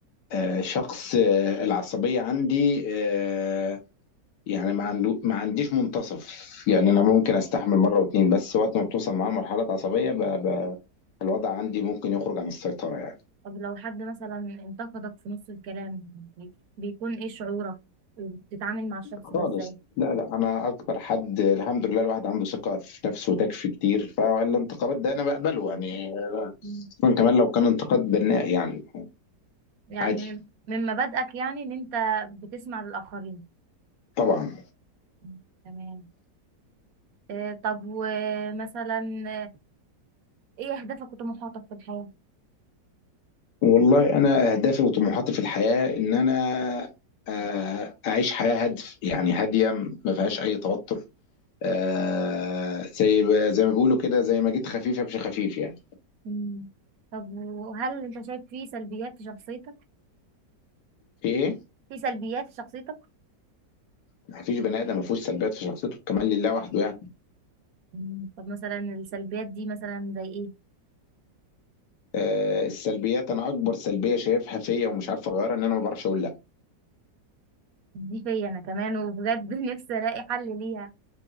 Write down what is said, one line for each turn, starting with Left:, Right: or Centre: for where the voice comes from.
Left: آه، شخص آه، العصبية عندي آه، يعني ما عنده ما عنديش منتصف يعني انا ممكن استحمل مره واتنين بس وقت ما بتوصل معاه لمرحله عصبيه ب... ب... الوضع عندي ممكن يخرج عن السيطره يعني
Right: طب لو حد مثلا انتقدك في نص الكلام بيكون ايه شعورك وبتتعامل مع الشخص
Left: خالص
Right: ده ازاي
Left: لا لا انا اكبر حد الحمد لله الواحد عنده ثقه في نفسه وتكفي كتير فالانتقادات ده انا بقبله يعني
Right: مم.
Left: خصوصا كمان لو كان انتقاد بناء يعني
Right: يعني
Left: عادي
Right: من من مبادئك يعني ان انت بتسمع للآخرين
Left: طبعا
Right: مم. تمام آه، طب ومثلا آه، ايه اهدافك وطموحاتك في الحياة
Left: والله انا اهدافي وطموحاتي في الحياه ان انا آه، اعيش حياه هادف يعني هاديه ما فيهاش اي توتر آه زي ب- زي ما بيقولوا كده زي ما جيت خفيف امشي خفيف يعني
Right: مم. طب وهل انت شايف في سلبيات في شخصيتك
Left: في ايه؟
Right: في سلبيات في شخصيتك
Left: ما فيش بني ادم ما فيهوش سلبيات في شخصيته كمان لله وحده يعني
Right: مم. طب مثلا السلبيات دي مثلا زي ايه
Left: آه السلبيات انا اكبر سلبيه شايفها فيا ومش عارف اغيرها ان انا ما بعرفش اقول لا
Right: دي فيا انا كمان وبجد <laughs> نفسي الاقي حل ليها